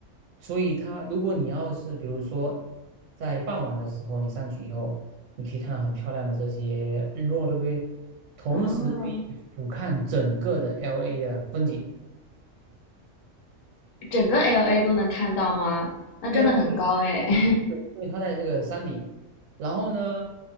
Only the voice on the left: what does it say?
哦，
整个 LA 都能看到吗？那真的很高哎。
<laughs>